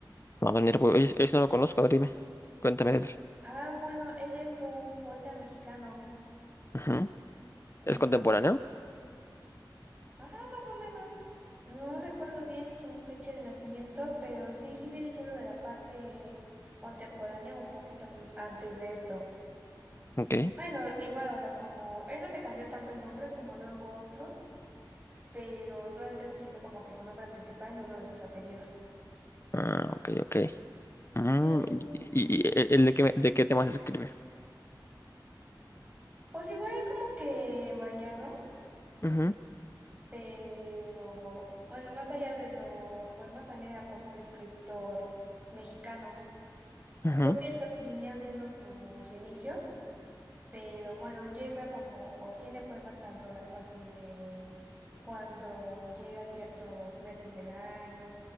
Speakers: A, on the left; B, on the right.
A: Wagner, pues, oye, eso no lo conozco, a ver, dime, cuéntame de él.
B: Ah, bueno, él es un poeta mexicano,
A: Ujú.
B: digamos.
A: ¿Es contemporáneo?
B: Ajá, más o menos. No recuerdo bien su fecha de nacimiento, pero sí, sí viene siendo de la parte contemporánea, un poquito mm, antes de esto.
A: Ok.
B: Bueno, igual, o sea, como él no se cambió tanto el nombre como luego otros, pero solamente utilizó como que su nombre principal y uno de sus apellidos.
A: Ah, ok, ok. Mm,
B: Sí.
A: y, y- y el el de qué, de qué temas escribe?
B: Pues igual es como que variado.
A: Ujú,
B: Pero bueno, más allá de los poemas, también era pues un escritor mexicano.
A: ujú.
B: Creo que estos vinieron siendo sus inicios, pero bueno, llega como, o tiene poemas tanto de algo así de cuando llega ciertos meses del año.